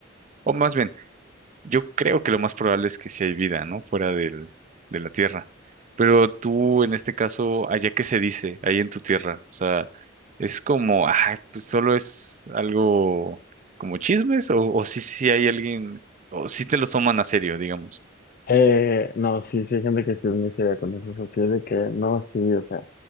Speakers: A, on the right (about 40°); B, on the left (about 45°).
A: O más bien, yo creo que lo más probable es que sí hay vida, ¿no? Fuera del, de la Tierra. Pero tú, en este caso, allá qué se dice, ahí en tu tierra. O sea, es como, ah, pues solo es algo como chismes, o, o sí, sí hay alguien, o sí te lo toman a serio, digamos.
B: Eh, no, sí, sí hay gente que sí es muy seria con eso, o sea, sí es de que, no, sí, o sea,